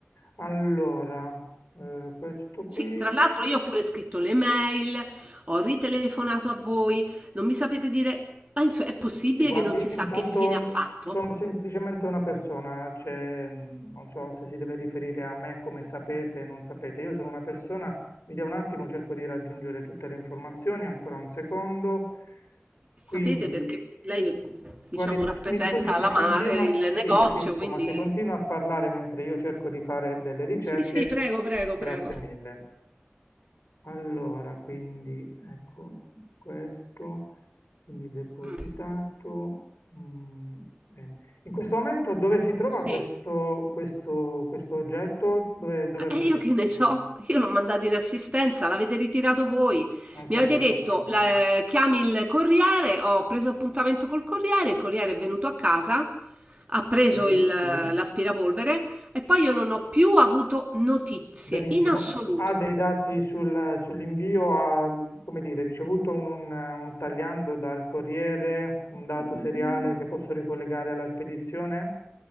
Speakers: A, on the left; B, on the right.
A: Allora, eh, questo qui,
B: Sì, tra l'altro io ho pure scritto le mail, ho ritelefonato a voi, non mi sapete dire, ma insomma, è possibile
A: e guardi,
B: che non si sa
A: intanto
B: che fine ha
A: mm,
B: fatto?
A: sono semplicemente una persona, cioè, mm, non so se si deve riferire a me come sapete, non sapete, io sono una persona, mi dia un attimo, cerco di raggiungere tutte le informazioni, ancora un secondo.
B: Sapete
A: Quindi
B: perché lei,
A: Guardi,
B: diciamo,
A: s-
B: rappresenta
A: mi scusi se
B: la
A: continua,
B: ma- eh, il
A: sì,
B: negozio,
A: capisco,
B: quindi
A: ma se continua a parlare mentre io cerco di fare delle ricerche,
B: Sì, sì, prego, prego,
A: grazie
B: prego.
A: mille. Allora, quindi, ecco, questo, quindi depositato,
B: Mm.
A: mm, bene. In questo momento dove si trova
B: Sì,
A: questo, questo, questo oggetto? Dove, dove è
B: e
A: presente?
B: io che ne so, io l'ho mandato in assistenza, l'avete ritirato voi.
A: Non ho capito.
B: Mi avete detto, la- eh, chiami il corriere, ho preso appuntamento col corriere, il corriere è venuto a casa, ha preso
A: Sì.
B: il- eh, l'aspirapolvere e poi io non ho più avuto notizie
A: Benissimo,
B: in assoluto.
A: ha dei dati sul- sull'invio, ha, come dire, ricevuto un, un tagliando dal corriere, un dato
B: Mm,
A: seriale che posso ricollegare alla spedizione?